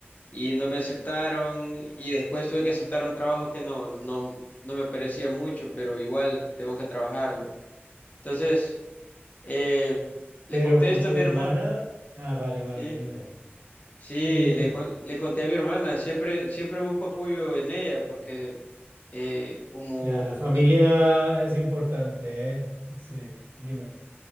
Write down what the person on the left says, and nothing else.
y no me aceptaron y después tuve que aceptar un trabajo que no, no, no me parecía mucho, pero igual tengo que trabajar, ¿no? Entonces, eh, le
contesto
a mi
hermana,
sí.
Sí,
le, con- le conté a mi hermana, siempre, siempre busco apoyo en ella, porque eh, como,
no-